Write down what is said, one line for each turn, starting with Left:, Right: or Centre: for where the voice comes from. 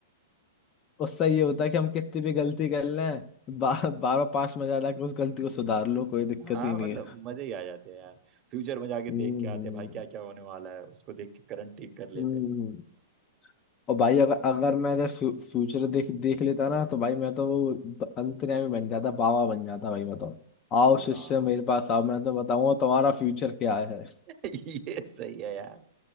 Left: उससे ये होता है कि हम कितनी भी गलती कर लें बा, बार पास में ज्यादा उस गलती को सुधार लो कोई दिक्कत
Right: हाँ
Left: ही नहीं
Right: मतलब
Left: है
Right: मजे ही आ जाते हैं यार फ्यूचर में जाके
Left: हम्म
Right: देख के आते
Left: हम्म।
Right: हैं भाई क्या क्या होने वाला है उसको देख के करंट ठीक कर लेते
Left: हम्म,
Right: हैं
Left: हम्म। और भाई अगर अगर मैं अगर फ्यू, फ्यूचर देख देख लेता ना तो भाई मैं तो वो ब- अंतर्यामी बन जाता बाबा बन जाता भाई मैं तो आओ
Right: यार
Left: शिष्य मेरे पास आओ मैं तो बताऊंगा तुम्हारा फ्यूचर क्या है
Right: ये सही है यार